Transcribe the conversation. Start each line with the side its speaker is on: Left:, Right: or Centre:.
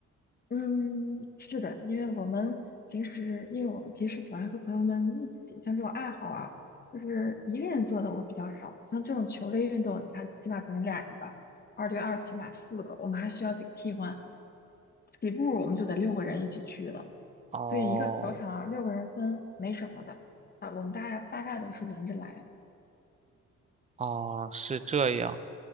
Left: 嗯，是的，因为我们平时，因为我们平时喜欢和朋友们一起，像这种爱好啊，就是一个人做的我比较少。像这种球类运动，你看起码可能俩人吧，二对二起码四个，我们还需要几个替换。起步我们就得六个人一起去了，
Right: 哦
Left: 所以一个球场啊六个人分没什么的啊，我们大大概都是轮着来。
Right: 哦，是这样。